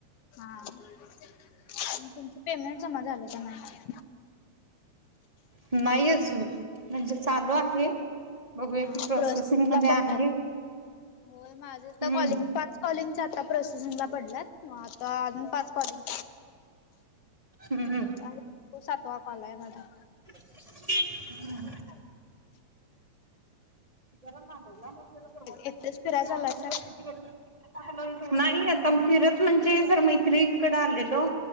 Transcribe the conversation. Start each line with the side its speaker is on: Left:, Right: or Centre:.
Left: हा प तुमच पेमेंट जमा झालं का नाही
Right: नाही अजुन. म्हणजे चालू आहे बघूया
Left: हा
Right: की प्रोसेसिंग
Left: प्रोसेसिंगला
Right: मध्ये
Left: पडलात.
Right: आहे
Left: होय माझं
Right: हम्म
Left: तर कॉलिंग पाच कॉलिंग आता प्रोससरला पडलात म आता अजून पाच कॉलिंग.
Right: हम्म
Left: अर त सातवा कॉल आहे माझा
Right: <unintelligible> <unintelligible>
Left: एकटेच फिराय चालायसा
Right: नाही आता फिरत म्हणजे जर मैत्रीकडे आलेलो